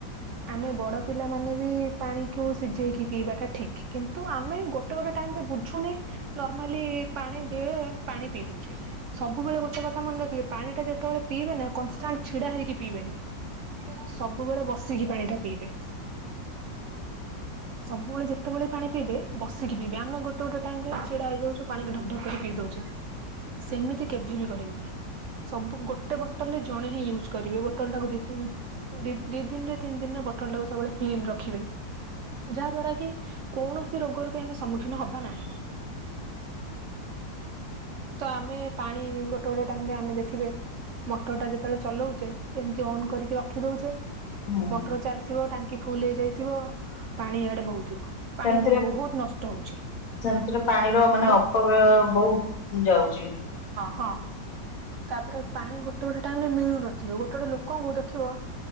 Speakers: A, on the right; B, on the left.
A: ଆମେ ବଡ଼ ପିଲା ମାନେ ବି ପାଣିକୁ ସିଝେଇକି ପିଇବାଟା ଠିକ୍ କିନ୍ତୁ ଆମେ ଗୋଟେ ଗୋଟେ ଟାଇମରେ ବୁଝୁନେ ନର୍ମାଲି ପାଣି ଦିଏ ପାଣି ପିଇ ଦଉଚେ ସବୁବେଳେ ଗୋଟେ କଥା ମନେ ରଖିବେ ପାଣି ଟା ଯେତେ ସେତେବେଳେ ପିଇବେ ନା କନଷ୍ଟାଣ୍ଟ ଛିଡା ହେଇକି ପିଇବେନି ସବୁବେଳେ ବସିକି ପାଣି ଟା ପିଇବେ। ସବୁବେଳେ ଯେତେବେଳେ ପାଣି ପିଇବେ ବସିକି ପିଇବେ ଆମ ଗୋଟେ ଗୋଟେ ଟାଇମ ଛିଡା ହେଇ ଯାଉଚେ ପାଣିକୁ ଢକ୍ ଢକ କରି ପିଇ ଯାଉଚେ ସେମିତି କେବେ ବି କରିବିନି। ସବୁ ଗୋଟେ ବୋଟଲ ରେ ଜଣେ ହିଁ ୟୁଜ୍ କରିବେ ବୋଟଲ ଟାକୁ ଦି ତିନ ଦି ଦିନରେ ତିନି ଦିନରେ ବଟଲ ଟାକୁ ସବୁବେଳେ କ୍ଲିନ ରଖିବେ। ଯାହା ଦ୍ଵାରା କି କୌଣସି ରୋଗରୁ ବି ଆମେ ସମ୍ମୁଖୀନ ହବା ନାହିଁ। ତ ଆମେ ପାଣି ଗୋଟେ ଗୋଟେ ଟାଇମରେ ଆମେ ଦେଖିବେ ମଟର ଟା ଯେତେବେଳେ ଚଲଉଛେ ଏମତି ଅନ୍ କରିକି ରଖି ଦଉଚେ
B: ହୁଁ
A: ମଟର ଚାଲିଥିବ ଟାଙ୍କି ଫୁଲ ହେଇଯାଇଥିବ ପାଣି ଇଆଡେ ବହୁଥିବ। ପାଣି
B: ସେମିତିରେ
A: ଆମର ବହୁତ ନଷ୍ଟ ହଉଛି।
B: ସେମିତିରେ ପାଣିର ମାନେ
A: ହଁ
B: ଅପବ୍ୟୟ ବହୁତ ଯାଉଛି।
A: ହଁ ତାପରେ ପାଣି ଗୋଟେ ଗୋଟେ ଟାଇମ ରେ ମିଳୁନଥିବ ଗୋଟେ ଗୋଟେ ଲୋକଙ୍କୁ ଦେଖିବ।